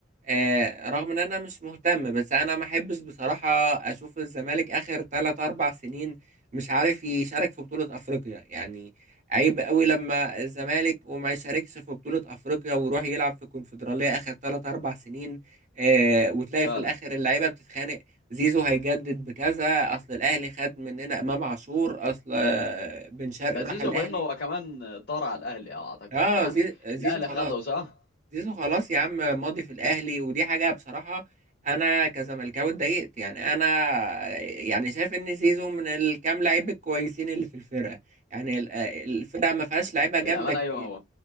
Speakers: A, on the right (about 40°); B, on the left (about 55°).
A: آه رغم إن أنا مش مهتم بس أنا ما أحبش بصراحة أشوف الزمالك آخر 3 أربع سنين مش عارف يشارك في بطولة أفريقيا يعني عيب قوي لما الزمالك وما يشاركش في بطولة أفريقيا ويروح يلعب في الكونفدرالية آخر 3 أربع سنين آه وتلاقي
B: فعلا
A: في الآخر اللعيبة بتتخانق زيزو هيجدد بكذا أصل الأهلي خد مننا إمام عاشور أصل آه، بن شرقي
B: ده
A: راح
B: زيزو
A: الأهلي
B: بانه هو كمان طار على الاهلي أو اعتقد
A: آه
B: يعني
A: زي- زيزو
B: الاهلي
A: خلاص
B: خده صح؟
A: زيزو خلاص يا عم ماضي في الأهلي ودي حاجة بصراحة أنا كزملكاوي اتضايقت يعني أنا يعني شايف إن زيزو من الكام لعيب الكويسين اللي في الفرقة يعني ال- آه، الفرقة ما فيهاش لعيبة جامدة
B: الامانه
A: كتير
B: ايوه هو